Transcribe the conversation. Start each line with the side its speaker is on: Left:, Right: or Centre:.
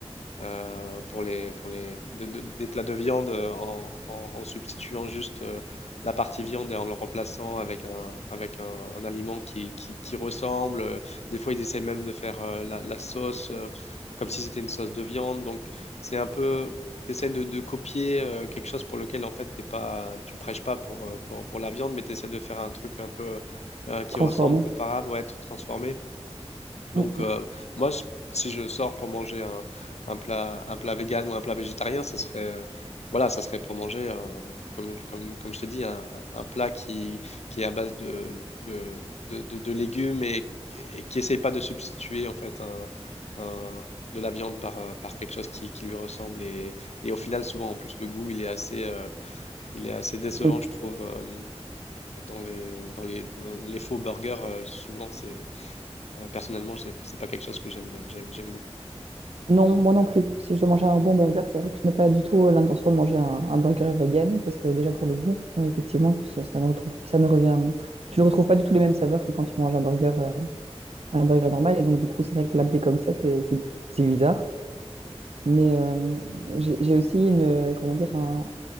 Left: euh, pour les, pour les, de- de- des plats de viande euh, en, en- en substituant juste euh, la partie viande et en le remplaçant avec un, avec un, un aliment qui, qui, qui ressemble. Euh, Des fois, ils essayent même de faire euh, la, la sauce euh, comme si c'était une sauce de viande. Donc, c'est un peu, tu de, de copier euh, quelque chose pour lequel, en fait, t'es pas, tu prêches pas pour, euh, pour, pour la viande, mais tu essaies de faire un truc un peu euh, qui
Right: transformé.
Left: ressemble, comparable, ouais, être transformé. Donc,
Right: Mm, mm,
Left: euh, moi, je- si je sors pour manger un, un plat, un plat vegan ou un plat végétarien, ça serait, euh, voilà, ça serait pour manger, euh, comme, je- comme, comme je t'ai dit, un, un plat qui, qui est à base de, de, de, de- de légumes et, et qui essaye pas de substituer, en fait, un, un- de la viande par, euh, par quelque chose qui, qui lui ressemble. Et, et au final, souvent, en plus, le goût, il est assez, euh, il est assez décevant,
Right: oui.
Left: je trouve. euh, dans les, dans les, dans les faux burgers, euh, souvent, c'est euh, personnellement, j'ai- c'est pas quelque chose que j'aime, j'aime, j'aime beaucoup.
Right: Non, moi non plus. Si je dois manger un bon burger, c'est vrai que je n'ai pas du tout euh, l'intention de manger un, un burger vegan, parce que déjà pour le goût, euh, effectivement, ça, ça ne retrouve, ça ne revient, tu ne retrouves pas du tout les mêmes saveurs que quand tu manges un burger euh, un burger normal. Et donc, du coup, c'est vrai que l'appeler comme ça, c'est c'est- c'est bizarre. Mais euh, j'ai j'ai aussi une, comment dire, un,